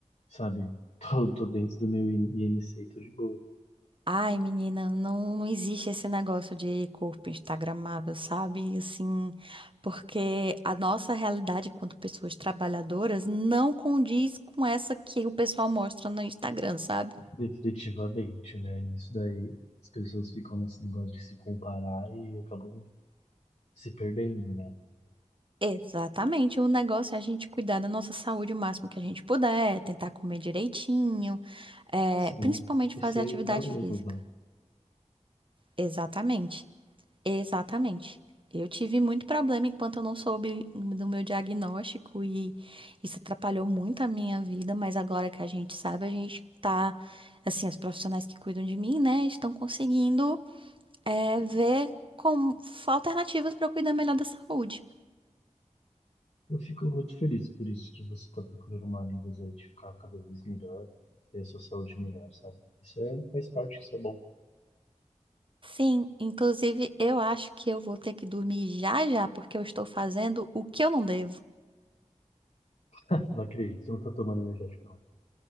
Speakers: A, on the left; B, on the right.
A: sabe? <laughs> Tô, tô dentro do meu IMC e tô de boa.
B: Ai, menina, não, não existe esse negócio de corpo instagramável, sabe? Assim, porque a nossa realidade enquanto pessoas trabalhadoras não condiz com essa que o pessoal mostra no Instagram, sabe?
A: Definitivamente, né? Isso daí, as pessoas ficam nesse negócio de se comparar e acabam se perdendo, né?
B: Exatamente, o negócio é a gente cuidar da nossa saúde o máximo que a gente puder, tentar comer direitinho, eh,
A: Sim,
B: principalmente
A: e
B: fazer
A: ser
B: atividade
A: nós mesmos,
B: física.
A: né?
B: Exatamente, exatamente. Eu tive muito problema enquanto eu não soube do meu diagnóstico e isso atrapalhou muito a minha vida, mas agora que a gente sabe, a gente tá, assim, os profissionais que cuidam de mim, né, estão conseguindo, eh, ver como alternativas para eu cuidar melhor da saúde.
A: Eu fico muito feliz por isso que você tá procurando maneiras aí de ficar cada vez melhor, ter a sua saúde melhor, sabe? Isso é, faz parte, isso é bom.
B: Sim, inclusive eu acho que eu vou ter que dormir já já, porque eu estou fazendo o que eu não devo.
A: <laughs> Não acredito, eu não tô tomando energético, não.